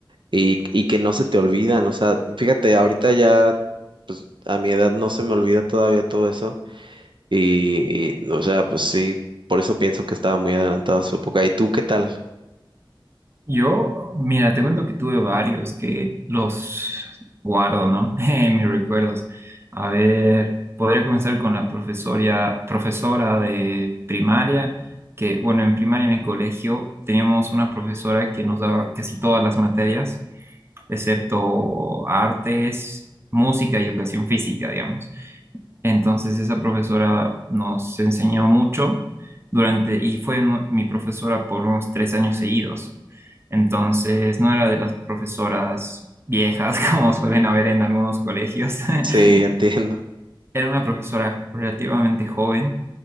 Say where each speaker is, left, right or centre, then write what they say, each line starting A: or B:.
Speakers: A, on the right; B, on the right.
A: y, y que no se te olvidan. O sea, fíjate, ahorita ya a mi edad no se me olvida todavía todo eso. Y, y, o sea, pues sí, por eso pienso que estaba muy adelantado a su época. ¿Y tú qué tal?
B: Yo, mira, te cuento que tuve varios que los guardo, ¿no? <laughs> En mis recuerdos. A ver, podría comenzar con la profesoria, profesora de primaria, que, bueno, en primaria en mi colegio teníamos una profesora que nos daba casi todas las materias, excepto artes, música y educación física, digamos. Entonces esa profesora nos enseñó mucho durante, y fue nu- mi profesora por unos tres años seguidos. Entonces no era de las profesoras viejas <laughs> como suelen haber en algunos colegios, <laughs>
A: Sí, <laughs> entiendo.
B: Era una profesora relativamente joven,